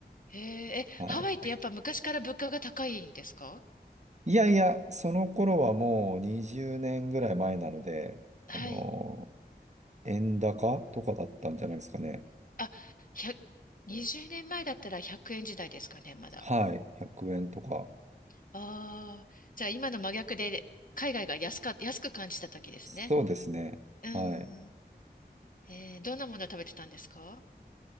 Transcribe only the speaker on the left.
へえ、え、
ハワイってやっぱ昔から物価が高いんですか
はい。
あ、1 20年前だったら100円時代ですかね、まだ。
ああ、じゃあ今の真逆で海外が安か、安く感じた時ですね。
うん。
えー、どんなものを食べてたんですか